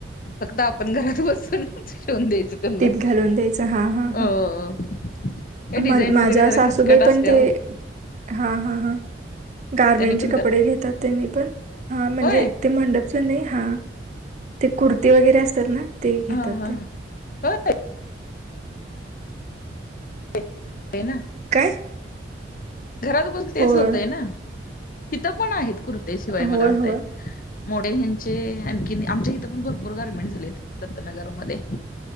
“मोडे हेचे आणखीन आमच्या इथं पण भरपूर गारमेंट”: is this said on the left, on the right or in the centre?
Left